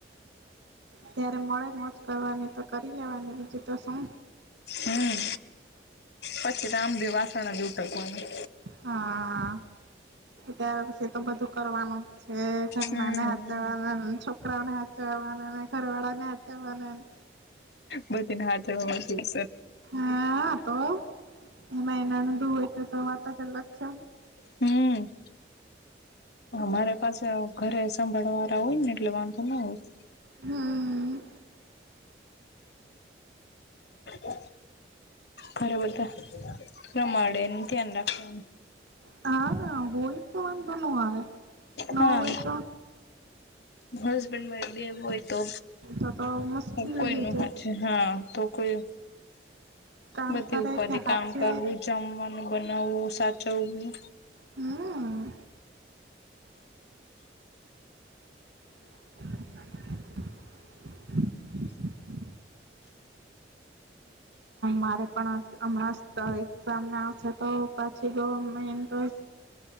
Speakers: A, on the right (about 85°); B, on the left (about 65°).
A: ત્યારે મળે મોજ કરવાને તો કરી લેવાની બીજું તો શું?
B: હમ પછી રા આમ ભી વાસણા દૂટકવાનું
A: હા ત્યારે પછી તો બધું કરવાનું છે ખર
B: હમ
A: નાને હચવાના છોકરા ને હચવાના ઘરવાળા ને હચાવવાના ને
B: બધી ને હાથરમાંસવી
A: હા તો એમાં એના નધું હોય તો તો વાત જ અલગ છે.
B: હમ મારે પાસે ઘરે સંભાળવાળ હોય ને એટલે વાંધો ના હોય
A: હમ
B: ઓ ખરે બધા પ્રમાણે ધ્યાન રાખવાનું
A: હા હોય તો આમંધ ન આવે
B: હા
A: હોય તો
B: હસબેન્ડમાં બે હોય તો
A: તત તો મશ્કલી
B: કોઈનું
A: હોય છે
B: હજ હા તો કોઈ
A: કામ
B: બધી
A: કરે
B: ઉપાધ
A: કે હાચે
B: કામ કરવું જમવા બનાવવું સાચવું
A: હા <unintelligible> મારે પણ હમણાં આવશે તો પછી